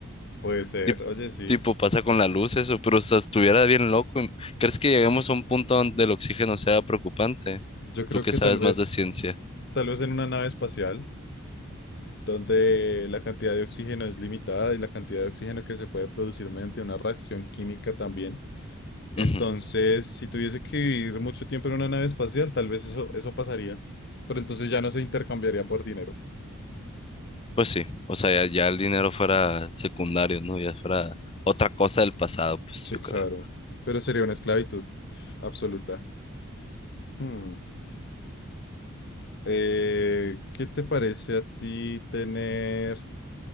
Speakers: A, on the left; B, on the left.
A: puede ser.
B: Tip-
A: Oye, sí.
B: Tipo, pasa con la luz eso, pero o sea, estuviera bien loco. y- ¿Crees que lleguemos a un punto donde el oxígeno sea preocupante?
A: Yo creo
B: Tú que
A: que
B: sabes
A: tal vez,
B: más de ciencia.
A: tal vez en una nave espacial, donde la cantidad de oxígeno es limitada y la cantidad de oxígeno que se puede producir mediante una reacción química también. Entonces,
B: Ujú,
A: si tuviese que vivir mucho tiempo en una nave espacial, tal vez eso, eso pasaría. Pero entonces ya no se intercambiaría por dinero.
B: Pues sí, o sea, ya, ya el dinero fuera secundario, ¿no? Ya fuera otra cosa del pasado, pues
A: Sí,
B: yo
A: claro.
B: creo.
A: Pero sería una esclavitud pf, absoluta. Hmm. Eh, ¿qué te parece a ti tener